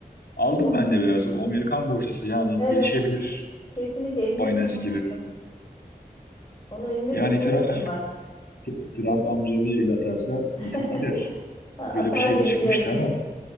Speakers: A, on the left; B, on the left.
A: aldım
B: O-
A: ben de biraz. O Amerikan borsası yani
B: evet.
A: gelişebilir.
B: Kesinlikle elinde
A: Binance
B: tutmalısın.
A: gibi.
B: Onu elinde
A: Yani
B: tutmalısın
A: Tra-
B: bak.
A: T- Trump amca bir el atarsa
B: <laughs>
A: uçup gider.
B: Atar
A: Böyle bir şey
B: gibi
A: de çıkmıştı
B: görünüyor.
A: ama.